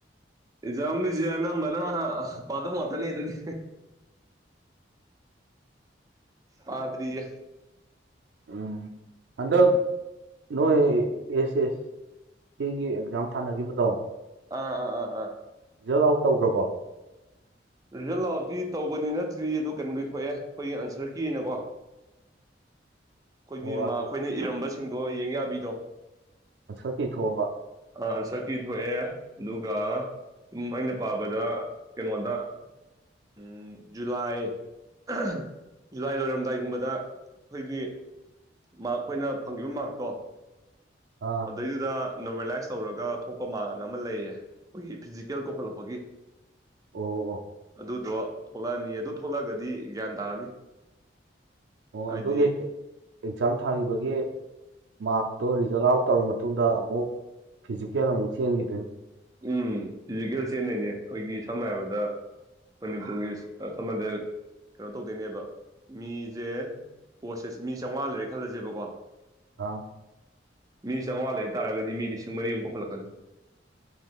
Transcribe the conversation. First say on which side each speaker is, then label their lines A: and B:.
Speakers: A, on the right; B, on the right.
A: ꯑꯦꯛꯖꯥꯝꯒꯤꯁꯦ ꯑꯅꯝꯕꯅ ꯄꯥꯗꯕ ꯉꯥꯛꯇꯅꯦ ꯗꯨꯅꯤ ꯄꯥꯗ꯭ꯔꯤꯌꯦ
B: ꯎꯝ ꯍꯟꯗꯛ ꯅꯣꯏ ꯑꯦꯁ ꯑꯦꯁ ꯁꯤꯒꯤ ꯑꯦꯛꯖꯥꯝ ꯊꯥꯅꯈꯤꯕꯗꯣ
A: ꯑꯥ ꯑꯥ ꯑꯥ ꯑꯥ
B: ꯔꯤꯖꯜ ꯑꯥꯎꯠ ꯇꯧꯈ꯭ꯔꯕꯣ
A: ꯔꯤꯖꯜ ꯑꯥꯎꯠꯇꯤ ꯇꯧꯕꯗꯤ ꯅꯠꯇ꯭ꯔꯤ ꯑꯗꯨ ꯀꯩꯅꯣꯗꯤ ꯊꯣꯛꯑꯦ ꯑꯩꯈꯣꯏꯒꯤ ꯑꯟꯁꯔ ꯀꯤꯅꯀꯣ
B: <inaudible>
A: ꯑꯩꯈꯣꯏꯒꯤ
B: ꯑꯣ
A: ꯃꯥꯛ ꯑꯩꯈꯣꯏꯅ ꯏꯔꯝꯕꯁꯤꯡꯗꯣ ꯌꯦꯡ ꯌꯥꯕꯤꯗꯣ
B: ꯑꯟꯁꯔ ꯀꯤ ꯊꯣꯛꯑꯕ
A: ꯑ ꯑꯟꯁꯔ ꯀꯤ ꯊꯣꯛꯑꯦ ꯑꯗꯨꯒ ꯁꯨꯝ ꯑꯩꯅ ꯄꯥꯕꯗ ꯀꯩꯅꯣꯗ ꯎꯝ ꯖꯨꯂꯥꯏ <unintelligible> ꯖꯨꯂꯥꯏ ꯂꯣꯏꯔꯝꯗꯥꯏꯒꯨꯝꯕꯗ ꯑꯩꯈꯣꯏꯒꯤ ꯃꯥꯔꯛ ꯑꯩꯈꯣꯏꯅ ꯐꯪꯈꯤꯕ ꯃꯥꯔꯛꯇꯣ
B: ꯑꯥ
A: ꯑꯗꯩꯗꯨꯗ ꯅꯣꯔꯃꯦꯂꯥꯏꯁ ꯇꯧꯔꯒ ꯊꯣꯛꯄ ꯃꯥꯔꯛ ꯑꯃ ꯂꯩꯌꯦ ꯑꯩꯈꯣꯏꯒꯤ ꯐꯤꯖꯤꯀꯦꯜ ꯀꯧꯈꯠꯂꯛꯄꯒꯤ
B: ꯑꯣ ꯑꯣ
A: ꯑꯗꯨꯗꯣ ꯊꯣꯛꯂꯛꯑꯅꯤ ꯑꯗꯨ ꯊꯣꯛꯂꯛꯑꯒꯗꯤ ꯒ꯭ꯌꯥꯟ ꯇꯥꯔꯅꯤ
B: ꯑꯣ
A: ꯍꯥꯏꯗꯤ
B: ꯑꯗꯨꯒꯤ ꯑꯦꯛꯖꯥꯝ ꯊꯥꯈꯤꯕꯒꯤ ꯃꯥꯔꯛ ꯇꯣ ꯔꯤꯖꯜ ꯑꯥꯎꯠ ꯇꯧꯔꯕ ꯃꯇꯨꯡꯗ ꯑꯃꯨꯛ ꯐꯤꯖꯤꯀꯦꯜ ꯑꯃꯨꯛ ꯆꯦꯟꯈꯤ
A: ꯎꯝ ꯐꯤꯖꯤꯀꯦꯜ ꯆꯦꯟꯗꯣꯢꯅꯦ ꯑꯩꯈꯣꯏꯒꯤ ꯁꯝꯅ ꯍꯥꯏꯔꯕꯗ ꯈꯣꯢꯒꯤ ꯈꯃꯦꯟ ꯁꯤꯠꯄ <unintelligible> ꯀꯩꯅꯣ ꯇꯧꯗꯣꯏꯅꯦꯕ ꯃꯤꯁꯦ ꯄꯣꯠꯁꯦꯁ ꯃꯤ ꯆꯥꯝꯃꯉꯥ ꯂꯩꯔꯦ ꯈꯜꯂꯁꯦꯕꯀꯣ
B: ꯑꯥ
A: ꯃꯤ ꯆꯥꯝꯃꯉꯥ ꯂꯩ ꯇꯥꯔꯒꯗꯤ ꯃꯤ ꯂꯤꯁꯤꯡ ꯃꯔꯤꯃꯨꯛ ꯀꯧꯈꯠꯂꯛꯀꯅꯤ